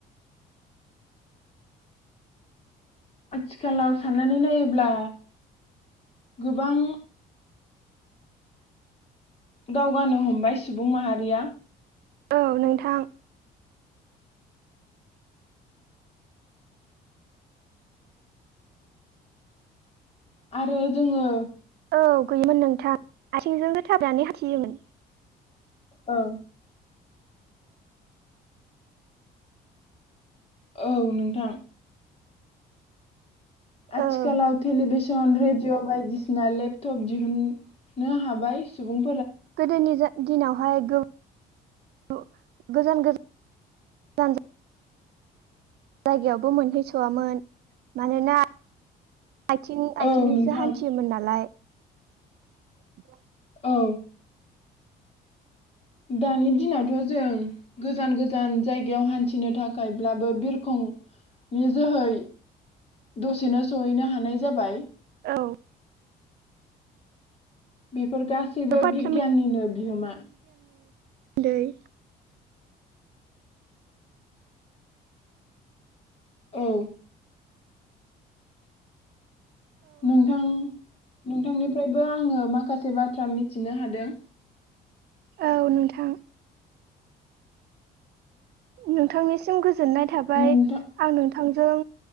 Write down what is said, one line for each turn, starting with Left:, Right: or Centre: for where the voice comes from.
Left: आथिखालाव साननानै नायोब्ला गोबां दावगानो हम बाय सुबुं माहारिया।
Right: औ नोंथां
Left: आरो जोङो
Right: औ गैयोमोन नोंथां आथिंजोंस थाबनानै हाथियोमोन।
Left: औ औ नोंथां आथिखालाव
Right: ओं
Left: थेलिबिस जन रेडिअ बायदिसिना लेपटप दिहुननो हाबाय सुबुं
Right: गोदोनि जा दिनावहाय गो गो गोजान गोजान जान जायगायावबो मोनहैसवामोन मानोना आथिं
Left: औ
Right: आथिंजोंसो
Left: नोंथां
Right: हान्थियोमोन नालाय। <inaudible>
Left: औ। दानि दिनावथ' जों गोजान गोजान जायगायाव हान्थिनो थाखायब्लाबो बिरखं नि जोहै दसेनो सहैनो हानाय जाबाय।
Right: औ
Left: बे फोर गासैबो
Right: गोबां बाथ्रा
Left: बिग्याननिनो बिहोमा।
Right: दैै।
Left: औ। नोंथां। नोंथांनिफ्रायबो आङो माखासे बाथ्रा मिथिनो हादों।
Right: औ नोंथां। नोंथांनिसिम गोज जोननाय थाबाय
Left: नोंथां
Right: आं नोंथांजों।